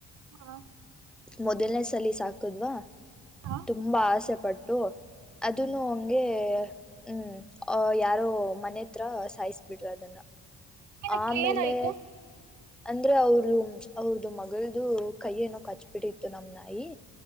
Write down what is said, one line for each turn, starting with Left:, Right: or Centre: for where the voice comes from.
Right: ಹಾ
Centre: ಮೊದಲ್ನೇ ಸಲಿ ಸಾಕದ್ವಾ
Right: ಹಾ
Centre: ತುಂಬಾ ಆಸೆ ಪಟ್ಟು ಅದನು ಹಂಗೆ ಹ್ಮ್ ಅ ಯಾರೋ ಮನೆ ಹತ್ರ ಸಾಯಸ್ ಬಿಟ್ರು ಅದನ್ನ
Right: ಏನಕ್ಕೆ
Centre: ಆಮೇಲೆ
Right: ಏನಾಯ್ತು
Centre: ಅಂದ್ರೆ ಅವರು ಅವ್ರ್ದ ಮಲ್ದು ಕೈ ಏನೋ ಕಚ್ಬಿಟ್ಟಿತ್ತು ನಮ್ ನಾಯಿ